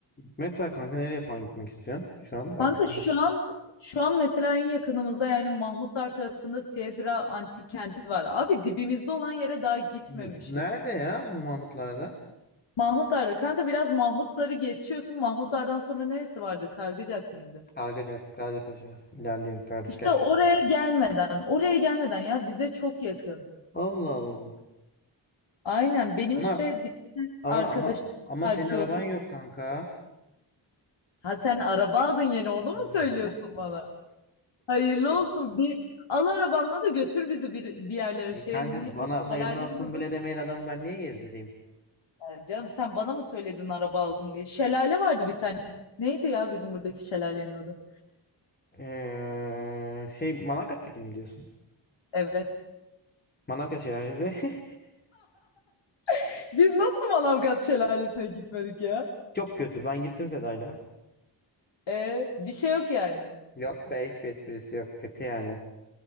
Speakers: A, on the left; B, on the left.
A: Mesela kanka nereye falan gitmek istiyorsun şu an? Aklımda.
B: Kanka şu an şu an mesela en yakınımızda yani Mahmutlar tarafında Siedra antik kenti var. Abi dibimizde olan yere daha gitmemişiz.
A: N- Nerede ya Mahmutlar'da?
B: Mahmutlar'da kanka biraz Mahmutları geçiyorsun. Mahmutlar'dan sonra neresi vardı? Kargıcak mıydı?
A: Kargacak, Gazipaşa. ilerliyor Kargacak.
B: İşte oraya gelmeden, oraya gelmeden ya bize çok yakın.
A: Allah Allah.
B: Aynen benim
A: Ama
B: işte bir tane
A: ama
B: arkadaşım
A: ama ama
B: arkeolog.
A: senin araban yok kanka.
B: Ha sen araba aldın yeni onu mu
A: Hmm.
B: söylüyorsun bana? Hayırlı olsun bir al arabanla da götür bizi bir, bir yerlere
A: <laughs>
B: şey
A: Kanka
B: neydi
A: bana hayırlı
B: şelalenin
A: olsun
B: adı
A: bile
B: mı?
A: demeyen adamı ben niye gezdireyim?
B: Yani canım sen bana mı söyledin araba aldım diye. Şelale vardı bir tane. Neydi ya bizim buradaki şelalenin adı?
A: Ee, şey Manavgat'takini mi diyorsun?
B: Evet.
A: Manavgat Şelalesi. <laughs>
B: <laughs> Biz nasıl Manavgat şelalesine gitmedik ya?
A: Çok kötü. Ben gittim Seda'yla.
B: E, bir şey yok yani.
A: Yok be hiçbir esprisi yok. Kötü yani.